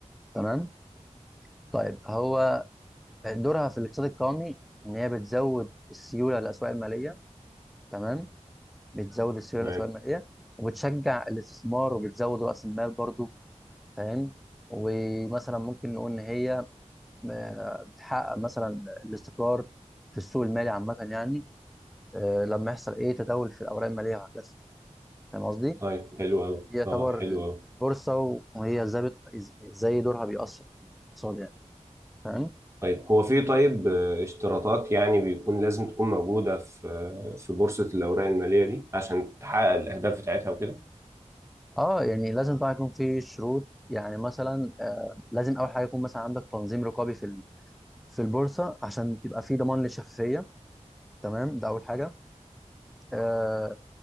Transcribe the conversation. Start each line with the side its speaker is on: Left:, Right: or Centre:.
Centre: تمام؟ طيب هو دورها في الاقتصاد القومي إن هي بتزود السيولة للأسواق المالية تمام؟ بتزود السيوله
Right: تمام
Centre: الاسواق الماليه وبتشجع الاستثمار وبتزود راس المال برضو فاهم ومثلا ممكن نقول ان هي آه، بتحقق مثلا الاستقرار في السوق المالي عامه يعني آه، لما يحصل ايه تداول في الاوراق الماليه وهكذا فاهم قصدي؟
Right: طيب حلو قوي
Centre: دي يعتبر
Right: اه حلو قوي
Centre: البورصه وهي ازاي بت- ازاي دورها بيأثر في الاقتصاد يعني فاهم؟
Right: طيب هو في طيب آه، اشتراطات يعني بيكون لازم تكون موجوده في آه، في بورصه الاوراق الماليه دي عشان تحقق الاهداف بتاعتها وكده
Centre: اه يعني لازم طبعا يكون في شروط يعني مثلا آه، لازم اول حاجه يكون مثلا عندك تنظيم رقابي في ال- في البورصه عشان تبقى في ضمان للشفافيه تمام ده اول حاجه آه